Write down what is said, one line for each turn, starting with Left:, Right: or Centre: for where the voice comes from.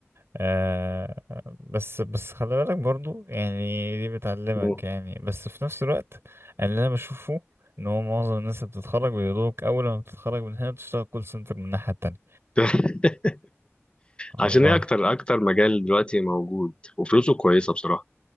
Right: آه بس بس خلي بالك برضو يعني دي بتعلمك
Left: مم.
Right: يعني بس في نفس الوقت اللي انا بشوفه ان هو معظم الناس اللي بتتخرج بيقولوك اول ما بتتخرج من هنا بتشتغل كول سنتر من الناحية التانية
Left: <laughs> عشان
Right: الله
Left: هي اكتر اكتر مجال دلوقتي موجود وفلوسه كويسه بصراحه